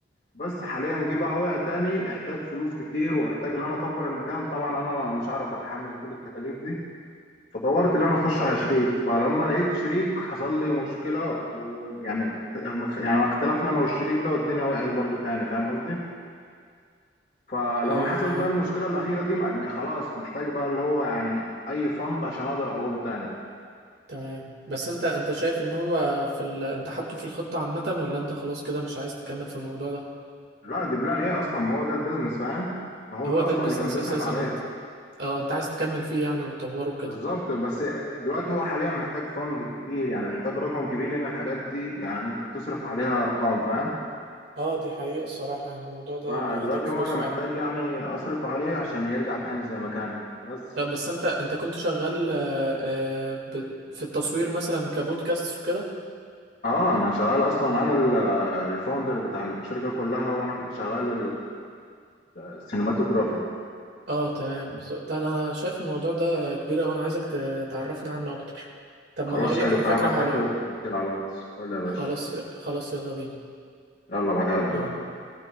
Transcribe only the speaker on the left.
بس حاليا جه بقى وقع تاني احتاج فلوس كتير واحتاج ان انا اكبر المكان طبعا انا مش هعرف اتحمل كل التكاليف دي فدورت ان انا اخش على شريك فلما لقيت شريك حصل لي مشكلة ويعني يعني اختلفنا انا والشريك ده والدنيا وقعت برضو تاني فاهم قصدي؟ فلما
حصلت بقى المشكلة الأخيرة دي م- خلاص محتاج بقى اللي هو يعني أي فند عشان أقدر أقوم تاني
لا دي بلان إيه أصلا ما هو ده البيزنس فاهم ما هو
ده
أصلا
اللي كان بيصرف
عليا
بالظبط بس دلوقتي هو حاليا محتاج فند كبير يعني محتاج رقم كبير لأن الحاجات دي يعني أنت بتصرف عليها أرقام فاهم
فدلوقتي
هو أنا محتاج
يعني أصرف عليه عشان يرجع تاني زي ما كان بس
اه انا شغال اصلا انا ال- الفاوندر بتاع الشركه كلها وانا كنت شغال السينماتوجرافي
خلاص
حلو
تعال
ابعت
لك كده التفاصيل على الواتس قول لي يا باشا
يلا ابعتها لك دلوقتي
كلها